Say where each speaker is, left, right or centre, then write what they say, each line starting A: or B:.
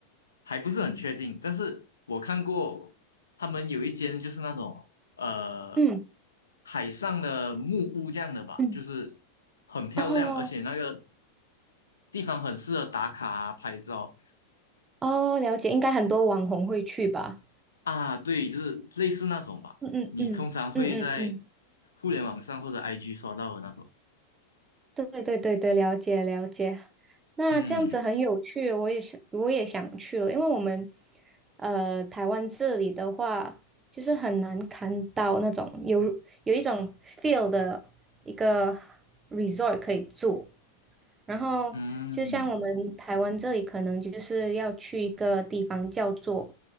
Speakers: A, on the left; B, on the right.
A: 还不是很确定。但是我看过他们有一间就是那种。呃
B: 嗯
A: 海上的木屋这样的吧，
B: 嗯，
A: 就是很漂亮，
B: 哦
A: 而且那个地方很适合打卡啊拍照
B: 哦，了解，应该很多网红会去吧？
A: 啊。对，就是类似那种吧，
B: 嗯嗯嗯嗯嗯嗯。
A: 你通常会在互联网上或者 IG 刷到的那种。
B: 对对对对，了解了解。那这样子很有趣，
A: 嗯
B: 我也是，我也想去了，因为我们呃台湾这里的话，就是很难看到那种有有一种 feel 的一个 resort 可以住。然后就像我们台湾这里，
A: 嗯，
B: 可能就是要去一个地方叫做